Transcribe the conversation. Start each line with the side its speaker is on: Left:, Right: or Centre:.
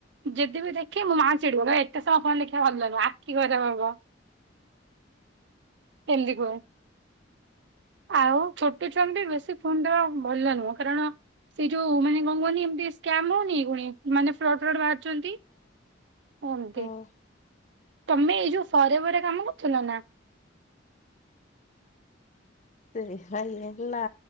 Right: ଯଦି ବିି ଦେଖେ ମୁଁ ମା ଚିଡିିବ ଏତେ ସମୟ ଫୋନ ଦେଖିବା ଭଲନୁହଁ ଆଖି ଖରାପ ହବ। <unintelligible>
Left: <inaudible>
Right: ଆଉ ଛୋଟ ଛୁଆଙ୍କୁ ଟିକେ ବେଶୀ ଫୋନ ଦବା ଭଲ ନୁହଁ, କାରଣ ସେଇ ଯୋଉ ମାନେ କଣ କୁହନି ଏମତି ସ୍କାମ ହଉନି ପୁଣି ମାନେ ଫ୍ଟ ଫ ଛନ୍ତି, ଓମନ୍ତି।
Left: ହଁ
Right: ତମେ ଏଇ ଯୋଉ ଫର ଏଭର୍ ରେ କାମ କରୁଥିଲ ନା?
Left: ସେ <unintelligible> ନା